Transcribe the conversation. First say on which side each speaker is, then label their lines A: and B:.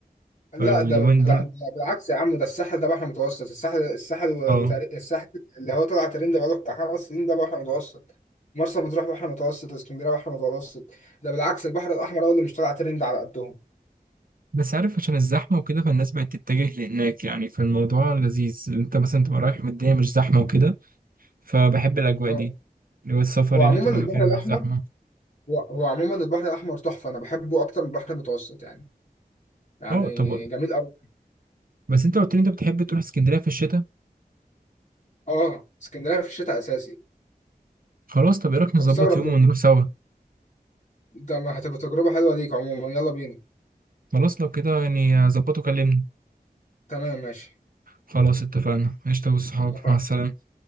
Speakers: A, on the left (about 50°); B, on the right (about 65°).
A: لا
B: فاليومين
A: ده
B: دول
A: لا ده بالعكس يا عم ده الساحل ده بحر متوسط الساحل الساحل و-
B: اه
A: وتار... الساحل اللي هو طلع ترند بقاله بتاع خمس سنين ده بحر متوسط مرسى مطروح بحر متوسط واسكندريه بحر متوسط ده بالعكس البحر الاحمر هو اللي مش طلع ترند على قدهم
B: بس عارف عشان الزحمه وكده فالناس بقت تتجه لهناك يعني فالموضوع لذيذ انت مثلا تبقى رايح والدنيا مش زحمه وكده فبحب الأجواء
A: اه
B: دي اللي هو السفر
A: هو عموما
B: يعني تبقى
A: البحر
B: مكان
A: الاحمر
B: مش زحمة
A: هو هو عموما البحر الاحمر تحفه انا بحبه اكتر من البحر المتوسط يعني يعني
B: اه طب
A: جميل قوي
B: بس انت قلت لي انت بتحب تروح اسكندرية في الشتاء
A: اه اسكندريه في الشتاء اساسي
B: خلاص طب ايه رأيك نظبط
A: انت مستغرب
B: يوم
A: ليه
B: ونروح سوا
A: ده ما هتبقى تجربه حلوه ليك عموما يلا بينا
B: خلاص لو كده يعني ظبطه كلمني
A: تمام ماشي
B: خلاص اتفقنا قشطة والصحاب
A: اتفقنا.
B: مع السلامة